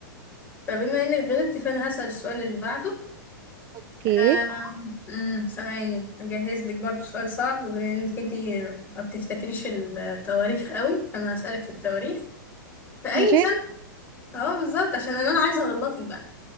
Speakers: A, on the left (about 20°); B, on the right (about 35°).
A: فبما انك غلطتي فانا هسأل السؤال اللي بعده
B: اوكي
A: آم، أمم، ثواني هجهز لك برضو سؤال صعب بما انك انت ما بتفتكريش التواريخ قوي فانا هسألك في التواريخ في
B: يا
A: اي
B: شيخ
A: سنة اه بالظبط عشان انا أنا عايزة اغلطك بقى